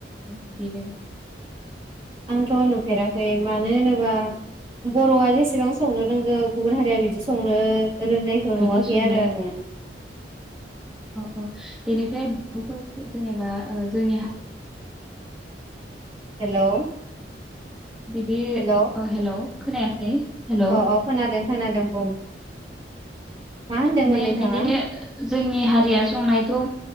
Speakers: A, in the centre; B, on the right (about 30°).
A: बिदिनो
B: आंथ नुफेराखै मानो होनोबा बरआ जेसेबां संनो रोंगौ गुबुन हारिया बिदि संनो रोंनायखौ
A: बिदि
B: नुवाखै
A: संनो
B: आरो आङो
A: औ औ बेनिफ्राय बे जेनेबा जोंनि हा
B: हेलौ
A: बिदि
B: हेलौ
A: औ हेलौ खोनाया हेलौ
B: अ अ खोनादों खोनादों बुं मा होनदोंमोन
A: माने
B: नोंथाङा
A: बिदिनो जोंनि हारिया संनायखौ